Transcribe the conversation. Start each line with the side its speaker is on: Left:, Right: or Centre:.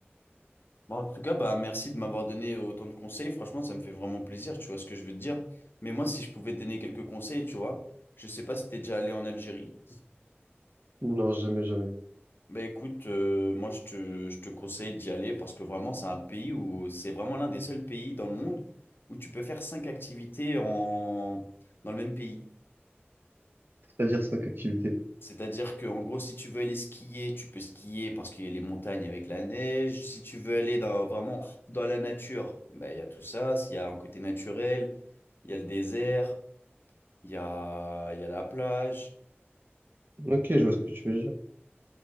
Left: bon, en tout cas bah merci de m'avoir donné autant de conseils. Franchement ça me fait vraiment plaisir, tu vois ce que je veux te dire. Mais moi si je pouvais te donner quelques conseils, tu vois, je sais pas si t'es déjà allé en Algérie.
Right: Non, jamais, jamais.
Left: Bah écoute, euh, moi je te, je te conseille d'y aller parce que vraiment c'est un pays où c'est vraiment l'un des seuls pays dans le monde où tu peux faire cinq activités en, dans le même pays.
Right: C'est-à-dire cinq activités.
Left: C'est-à-dire que en gros si tu veux aller skier, tu peux skier parce qu'il y a les montagnes avec la neige. Si tu veux aller dans, vraiment dans la nature, bah il y a tout ça. S'il y a un côté naturel, il y a le désert, il y a, il y a la plage.
Right: Ok, je vois ce que tu veux dire.